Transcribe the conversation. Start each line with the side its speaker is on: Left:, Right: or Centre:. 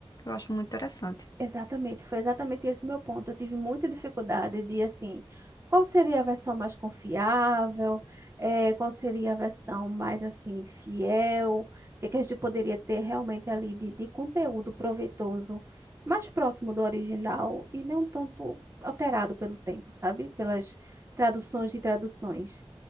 Left: Eu acho muito interessante.
Right: Exatamente, foi exatamente esse meu ponto. Eu tive muita dificuldade de, assim, qual seria a versão mais confiável, eh, qual seria a versão mais, assim, fiel, o que é que a gente poderia ter realmente ali de, de conteúdo proveitoso, mais próximo do original e não tanto alterado pelo tempo, sabe? Pelas traduções de traduções.